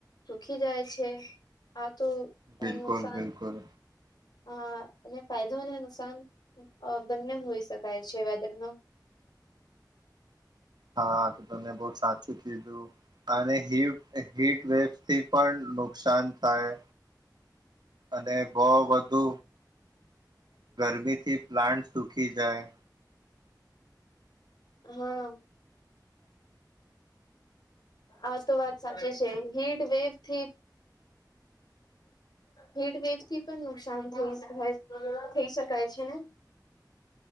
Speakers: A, on the left (about 70°); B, on the right (about 70°).
A: સુખી જાય છે. આ તો
B: બિલકુલ
A: નુકસાન
B: બિલકુલ
A: અ અને ફાયદો અને નુકસાન. અ બંને હોઈ શકાય છે વેધરનો
B: હા તો તમે બહુ સાચું કીધું અને હીટ હીટવેવ થી. પણ નુકસાન થાય અને બો વધુ ગરમીથી પ્લાન્ટ સુખી જાય
A: હા આ તો વાત સાચી છે હીટ વેવ થી હીટવેવ થી પણ નુકસાન થઈ થઈ શકાય છે ને.